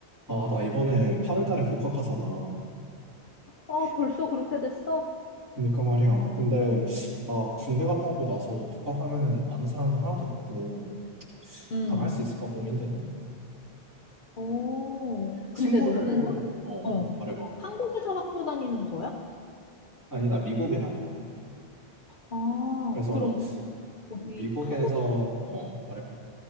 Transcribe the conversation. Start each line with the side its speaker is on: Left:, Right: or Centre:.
Right: 아, 나 이번에 8월 달에 복학하잖아.
Left: 아, 벌써 그렇게 됐어?
Right: 그러니까 말이야. 근데 나 군대 갔다 오고 나서 복학하면은 아는 사람도 하나도 없고
Left: 음.
Right: 잘 할 수 있을까 고민되네.
Left: 오,
Right: 친구를
Left: 근데 너는 한국,
Right: 어,
Left: 어,
Right: 말해봐.
Left: 한국에서 학교 다니는 거야?
Right: 아니, 나 미국에 다녀.
Left: 아,
Right: 그래서
Left: 그럼 여기
Right: 미국에서
Left: 한국인,
Right: 어, 말해봐.